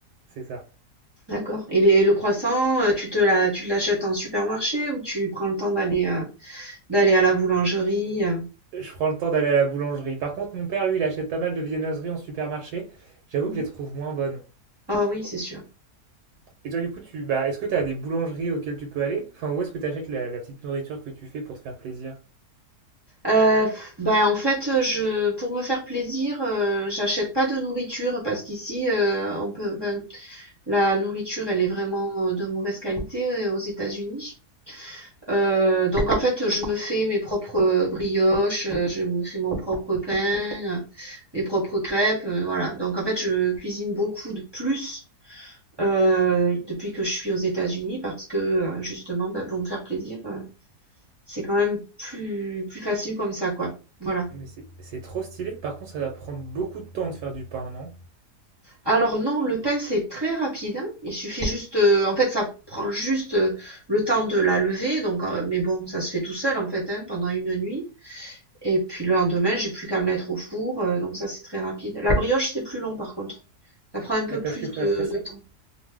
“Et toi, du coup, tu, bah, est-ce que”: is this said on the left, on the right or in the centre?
Right